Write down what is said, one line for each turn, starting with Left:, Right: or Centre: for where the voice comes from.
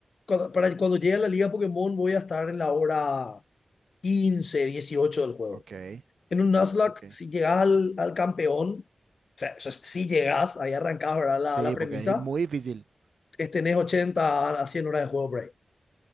Left: cuando, para cuando llegue a la liga Pokémon voy a estar en la hora 15, 18 del juego.
Right: ok,
Left: En un Nasdaq,
Right: ok.
Left: si llegas al, al campeón, o sea, eso es, si llegas, ahí arrancás, ¿verdad? La,
Right: Sí,
Left: la premisa,
Right: porque es muy difícil.
Left: es tenés 80 a 100 horas de juego por ahí.